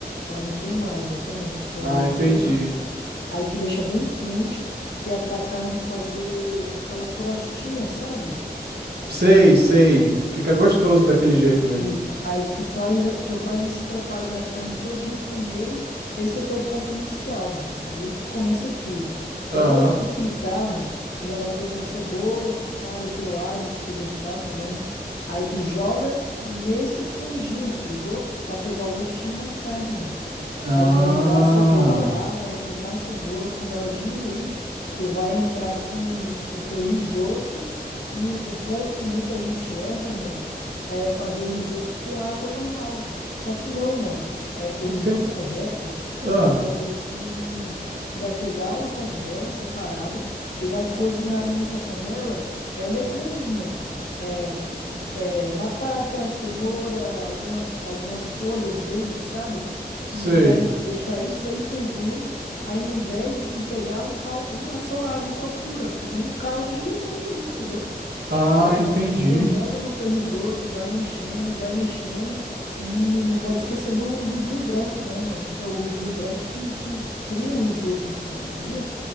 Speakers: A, on the left; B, on the right.
A: para não queimar, exatamente, pro teu
B: Ah,
A: azeite
B: entendi.
A: não queimar. Aí tu deixa bem quente, que é pra carne fazer aquela crostinha, sabe?
B: Sei, sei. Fica
A: Então,
B: gostoso daquele jeito, velho.
A: E ca- aí tu faz, tu faz esse preparo da carne todinho primeiro, esse é teu ponto inicial, mano. Ali que tu começa tudo.
B: Aham.
A: Depois que tu fritar, mano, tu já vai ter a tua cebola cortada, o teu alho, se tu gostar também. Aí tu joga nesse fundinho, se ligou? Pra pegar o gostinho da carne, mano.
B: Ah,
A: Aí tu vai jogar a cebola lá, vai fritar a cebola. Quando ela diminuir, tu vai entrar com o teu risoto. E o ponto que muita gente erra, mano, é fazer o risoto com água normal. Só que não, mano. É, o
B: entendi.
A: risoto correto,
B: Ah,
A: tu vai fazer com. Tu vai pegar uma panela separada e vai cozinhar ali nessa panela é, legumes, mano É, é, batata, cenoura, algumas, algumas folhas verdes, sabe?
B: sei.
A: E tu vai deixar isso daí fervendo. Aí, ao invés de tu pegar um cal uma só água só pura, tu tem um caldo de legumes ali, entendeu?
B: Ah,
A: Aí tu
B: entendi.
A: vai adicionando no teu risoto, vai mexendo, vai mexendo. E não pode esquecer do, do vinho branco, né, mano? Que é o vinho branco que, que cria o risoto em si, sabia?